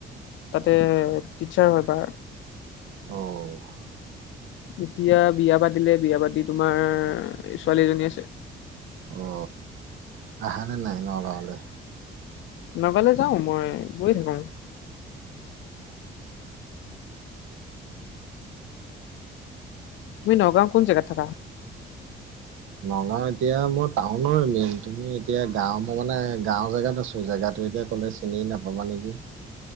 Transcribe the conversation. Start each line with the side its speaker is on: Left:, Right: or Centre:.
Left: তাতে টিচাৰ হয় বা।
Right: অ
Left: এতিয়া বিয়া পাতিলে বিয়া পাতি তোমাৰ ছোৱালী এজনী আছে।
Right: অ আহা নে নাই নগাওঁ‌ লে
Left: নগাওঁলে যাওঁ মই গৈ থাকো। তুমি নগাওঁ কোন জাগাত থাকা?
Right: নগাওঁ এতিয়া মই টাউ নৰ মেইন তুমি এতিয়া গাঁও মই মানে গাওঁ জেগাত আছো জেগাটো এতিয়া কলে চিনি নাপাবা নেকি।